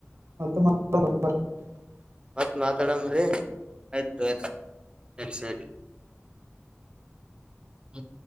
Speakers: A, on the right; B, on the right.
A: ಮತ್ ಮಾ <unintelligible>
B: ಮತ್ತ್ ಮಾತಾಡಮ್ರಿ ಆಯ್ತು ಆಯ್ತು ನೆಕ್ಸ್ ಟೈಮ್. ಹ